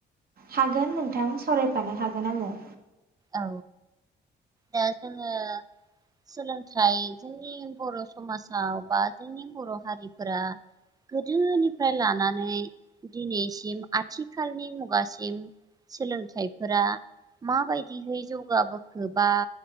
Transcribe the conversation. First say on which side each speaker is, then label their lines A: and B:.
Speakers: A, on the right; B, on the right.
A: हागोन नोंथां सावरायफानो हागोन आङो।
B: औ दा जोङो सोलोंथाइ जोंनि बर' समाजाव बा जोंनि बर' हारिफोरा गोदोनिफ्राय लानानै दिनैसिम आथिखालनि मुगासिम सोलोंथाइफोरा माबाय दिहै जौगाबोखो बा